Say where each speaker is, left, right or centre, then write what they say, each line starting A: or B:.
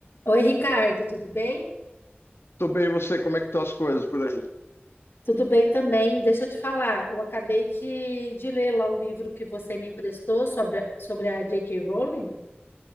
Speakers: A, on the left; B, on the left.
A: Oi, Ricardo, tudo bem?
B: Tô bem, e você? Como é que estão as coisas por aí?
A: Tudo bem também. Deixa eu te falar, eu acabei de, de ler lá o livro que você me emprestou sobre, a- sobre a J.K. Rowling.